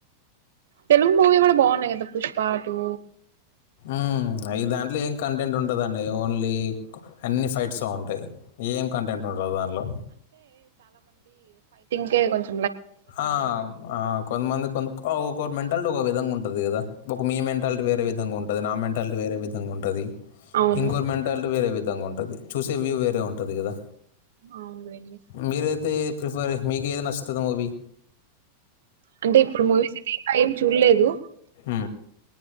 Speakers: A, on the right (about 60°); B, on the left (about 55°).
A: తెలుగు మూవీ కూడ బాగున్నాయి కదా పుష్పా టూ
B: ఆమ్ అవి దాంట్లో ఏం కంటెంట్ ఉంటదండి ఓన్లీ అన్నీ ఫైట్స్ ఒ ఉంటాయి ఏం కంటెంట్ ఉండదు దాన్లో.
A: గే కొంచ్
B: ఆ ఆ కొంతమంది కొన్ని ఆ ఒకొకరి మెంటాలిటీ ఒక విధంగ ఉంటది గదా ఒక మీ మెంటాలిటీ వేరే విధంగా ఉం అదే నా మెంటాలిటీ వేరే విధంగ ఉంటదీ.
A: అవును
B: ఇంకొరి మెంటాలిటీ వేరే విద్ ధంగ ఉం టది చూసే వ్యూ వేరే ఉంటది కదా.
A: అవునులేండి
B: మీరైతే ప్రిఫర్ మీకు ఏది నచ్చు తది మూవీ
A: అంటే ఇప్పుడు మూవీస్ ఐతే ఇంకా ఏం చూడ్లేదు
B: హ్మ